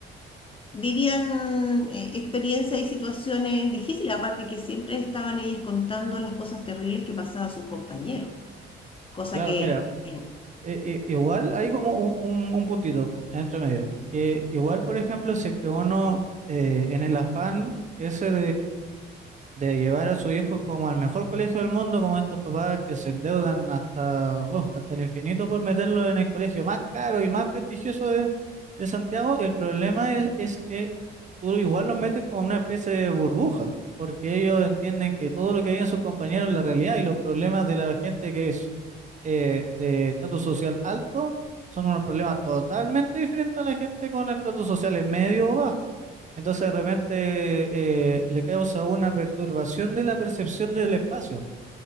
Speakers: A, on the left; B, on the right.
A: vivían eh, experiencias y situaciones difíciles, aparte que siempre estaban ellas contando las cosas terribles que pasaban a sus compañeros, cosa
B: Claro,
A: que,
B: mira,
A: en-
B: eh, eh, igual hay como un, un- un puntito entre medio, que igual, por ejemplo, si es que uno eh, en el afán ese de llevar a su hijo como al mejor colegio del mundo, como estos papás que se endeudan hasta, uf, hasta el infinito por meterlo en el colegio más caro y más prestigioso de, de Santiago, el problema es, es que tú igual los metes como una especie de burbuja, porque ellos entienden que todo lo que viven sus compañeros es la realidad y los problemas de la gente que es eh, de estatus social alto son unos problemas totalmente diferentes a la gente con estatus social medio o bajo. Entonces de repente eh, le causa una perturbación de la percepción del espacio